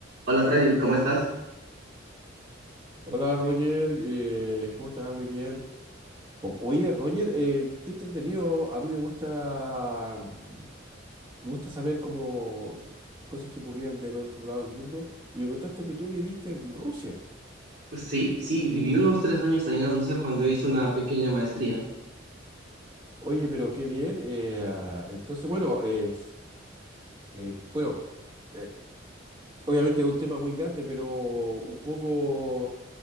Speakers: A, on the right (about 60°); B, on the right (about 25°).
A: Hola Freddy, ¿cómo estás?
B: Hola Roger, eh, ¿cómo estás? Muy bien. O- oye Roger, eh, qué entretenido. A mí me gusta, mm, me gusta saber cómo qué- cosas que ocurrían del otro lado del mundo. Y me contaste que tú viviste en Rusia.
A: Sí, sí, viví unos tres años allá en Rusia cuando hice una pequeña maestría.
B: Oye, pero qué bien. eh, ah, entonces, bueno, eh, eh, bueno, eh, obviamente es un tema muy grande, pero un poco.